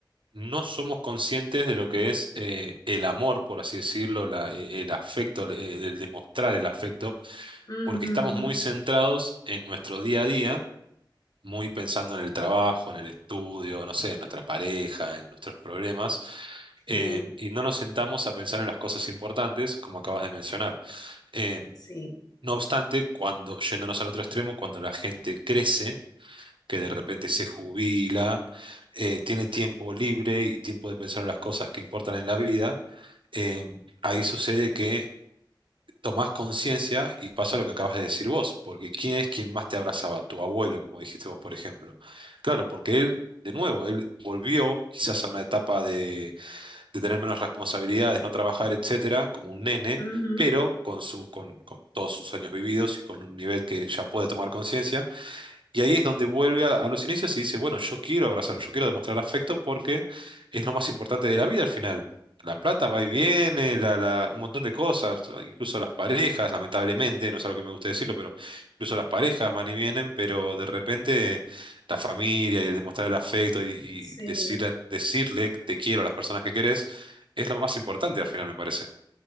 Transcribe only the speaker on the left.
Ujú,
Sí,
sí.
ujú,
Sí.